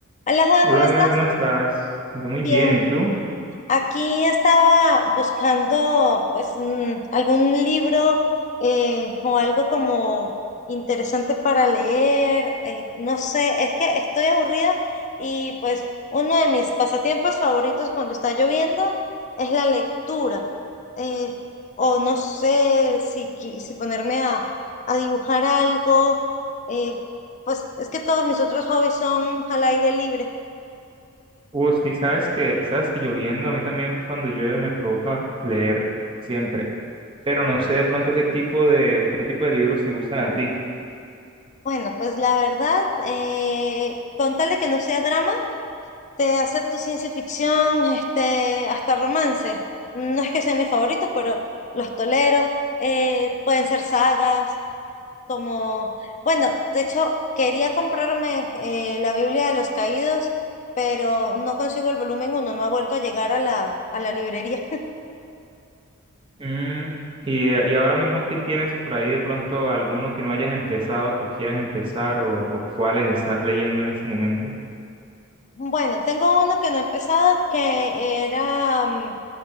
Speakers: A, on the left; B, on the right.
A: Hola Juan,
B: Hola
A: ¿cómo
B: amiga,
A: estás?
B: ¿cómo estás? Yo muy
A: Bien.
B: bien, ¿y tú?
A: Aquí estaba buscando pues mm, algún libro eh, o algo como interesante para leer. eh, no sé, es que estoy aburrida y pues uno de mis pasatiempos favoritos cuando está lloviendo es la lectura. eh, o no sé si, qui- si ponerme a, a dibujar algo. eh, pues es que todos mis otros hobbies son al aire libre.
B: Uh, sí, sabes que, sabes que lloviendo, a mí también cuando llueve me provoca leer, siempre. Pero no sé de pronto qué tipo de, qué tipo de libros te gustan a ti.
A: Bueno, pues la verdad, eh, con tal de que no sea drama, te acepto ciencia ficción, este, hasta romance. No es que sean mis favoritos, pero los tolero. Eh, pueden ser sagas, como, bueno, de hecho, quería comprarme eh, la Biblia de los Caídos, pero no consigo el volumen uno, no ha vuelto a llegar a la, a la librería.
B: Mm, y, y ahora mismo, ¿qué tienes por ahí de pronto alguno que no hayas empezado, que quieras empezar o, o cuáles estás leyendo en este momento?
A: Bueno, tengo uno que no he empezado, que era mm,